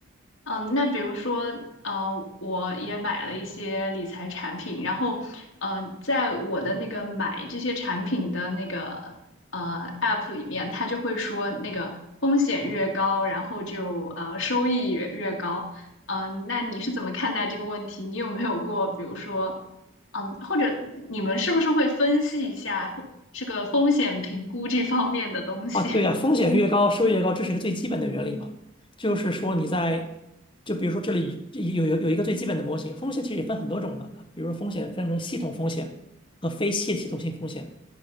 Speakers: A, on the left (about 70°); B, on the left (about 25°).
A: 嗯，那比如说，呃，我也买了一些理财产品，然后，嗯，在我的那个买这些产品的那个呃 App 里面，它就会说那个风险越高，然后就呃收益也越高。嗯、那你是怎么看待这个问题？你有没有过，比如说，嗯，或者你们是不是会分析一下或这个风险评估这方面的东西？
B: 啊，对呀，
A: <laughs>
B: 风险越高，收益越高，这是一个最基本的原理嘛。就是说你在，就比如说这里有有有一个最基本的模型，风险其实也分很多种嘛。比如说风险分成系统风险和非系系统性风险。